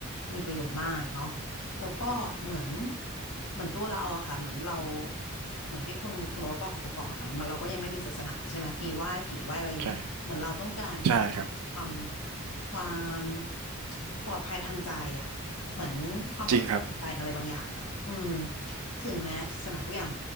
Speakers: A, on the left; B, on the right.
A: มีประโยชน์มากเนาะแล้วก็เหมือนเหมือนตัวเราอะค่ะเหมือนเราเหมือนที่คุณคุณโอ๊ตบอกแต่ก่อนอะมันเราก็ยังไม่มีศาสนาใช่ไหมมีไหว้ผีไหว้อะไรอยู่เหมือนเราต้องการเหมือนความความ
B: ใช่ใช่ครับ
A: ความปลอดภัยทางใจอะเหมือนความปลอดภัยทางใจอะไรบางอย่างอะอืม
B: จริงครับ
A: ถึงแม้ศาสนาทุกอย่าง